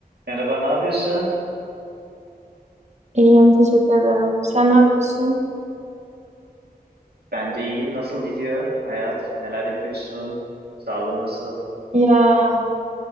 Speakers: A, on the right (about 80°); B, on the right (about 45°).
A: Merhaba, ne yapıyorsun?
B: İyiyim, teşekkür ederim. Sen ne yapıyorsun?
A: Ben de iyiyim. Nasıl gidiyor hayat? Neler yapıyorsun? Sağlığın nasıl?
B: Ya,